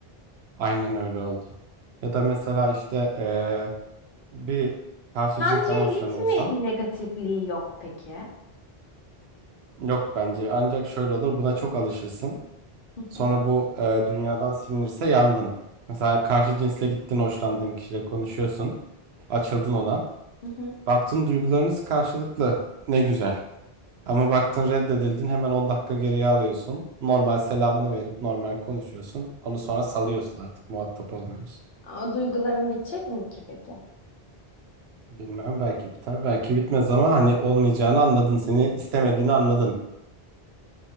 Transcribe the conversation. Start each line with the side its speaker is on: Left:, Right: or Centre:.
Right: aynen öyle oldu. Ya da mesela işte eee, bir karşı
Left: Sence
Right: cinsten hoşlanıyorsan
Left: hiç mi negatifliği yok peki?
Right: Yok bence ancak şöyle olur buna çok alışırsın.
Left: Hı
Right: Sonra
Left: hı,
Right: bu e, dünyadan silinirse yandın. Mesela karşı cinsle gittin hoşlandığın kişiyle konuşuyorsun. Açıldın ona.
Left: hı hı.
Right: Baktın duygularınız karşılıklı. Ne güzel. Ama baktın reddedildin hemen 10 dakika geriye alıyorsun. Normal selamını verip normal konuşuyorsun. Onu sonra salıyorsun artık muhatap olmuyorsun.
Left: O duyguların bitecek mi ki peki?
Right: Bilmem belki biter belki bitmez ama hani olmayacağını anladın. Seni istemediğini anladın.